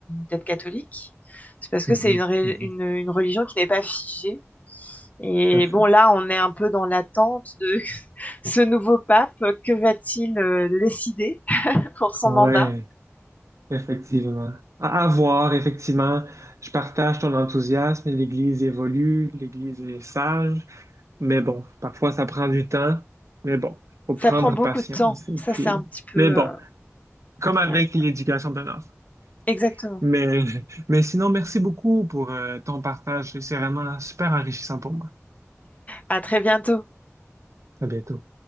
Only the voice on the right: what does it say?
Mhm,
mhm,
Tout à fait.
Ouais.
Effectivement. À, à voir, effectivement, je partage ton enthousiasme. L'Église évolue, l'Église est sage, mais bon, parfois ça prend du temps, mais bon, faut prendre
patience.
Et
puis,
mais bon,
comme avec
l'éducation d'un enfant.
Mais, mais sinon, merci beaucoup pour euh, ton partage. C'est vraiment super enrichissant pour moi.
À bientôt.